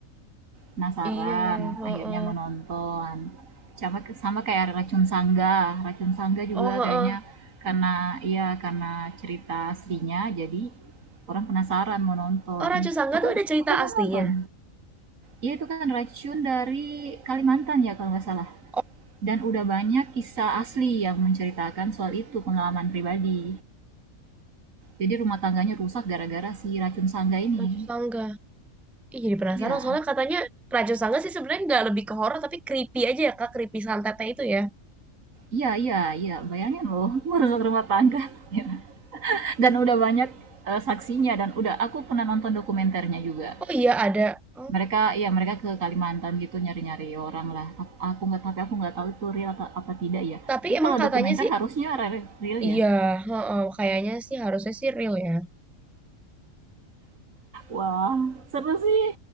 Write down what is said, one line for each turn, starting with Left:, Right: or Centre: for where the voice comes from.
Right: Penasaran.
Centre: Iya, heeh.
Right: Akhirnya menonton. Sama, sama kayak Racun Sangga. Racun Sangga
Centre: Oh,
Right: juga
Centre: heeh.
Right: kayaknya karena iya karena cerita aslinya jadi orang penasaran mau nonton.
Centre: Oh, Raju Sangga
Right: Aku
Centre: tuh ada cerita
Right: aku belum
Centre: aslinya.
Right: nonton. Iya itu kan racun dari Kalimantan ya kalau nggak salah.
Centre: Oh,
Right: Dan udah banyak kisah asli yang menceritakan soal itu pengalaman pribadi. Jadi rumah tangganya rusak gara-gara si racun sangga ini.
Centre: Raju Sangga. Ih, jadi penasaran
Right: Ya,
Centre: soalnya katanya Raju Sangga sih sebenarnya nggak lebih ke horor tapi creepy aja ya Kak, creepy santetnya itu ya.
Right: Iya, iya, iya. Bayangin loh, <laughs> merusak rumah tangga. <laughs> Dan udah banyak eh, saksinya dan udah aku pernah nonton dokumenternya juga.
Centre: Oh iya ada. Oh,
Right: Mereka, ya mereka ke Kalimantan gitu nyari-nyari orang lah. Aku nggak, tapi aku nggak tahu itu real atau apa tidak ya.
Centre: tapi
Right: Tapi
Centre: emang
Right: kalau
Centre: katanya
Right: dokumenter
Centre: sih
Right: harusnya real
Centre: iya,
Right: ya.
Centre: heeh, kayaknya sih harusnya sih real ya.
Right: Wah, seru sih.